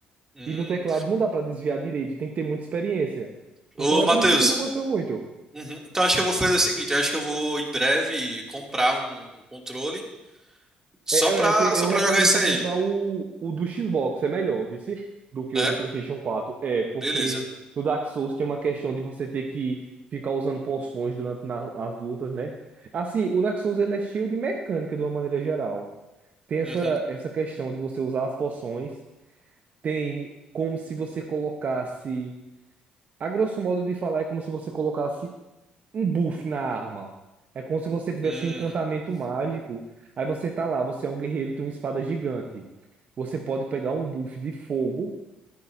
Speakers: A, on the right; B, on the right.
A: Hum.
B: E no teclado não dá pra desviar direito, tem que ter muita experiência.
A: Ô,
B: Então é
A: Matheus.
B: por isso que tu não gostou muito.
A: Uhum. Então acho que eu vou fazer o seguinte, eu acho que eu vou em breve comprar um um controle só
B: É,
A: pra,
B: eu, eu, te-
A: só
B: eu
A: pra
B: recomendo
A: jogar isso
B: tu
A: aí.
B: comprar o, o do Xbox, é melhor, viu? se- Do que
A: É?
B: o do PlayStation 4. É, porque
A: Beleza.
B: no Dark Souls tem uma questão de você ter que ficar usando poções durante na- as lutas, né? Assim, o Dark Souls ele é cheio de mecânica de uma maneira geral. Tem essa,
A: Uhum.
B: essa questão de você usar as poções. Tem como se você colocasse. A grosso modo de falar, é como se você colocasse um buff na arma. É como se você tivesse
A: Hum.
B: um encantamento mágico. Aí você tá lá, você é um guerreiro, tem uma espada gigante. Você pode pegar um buff de fogo,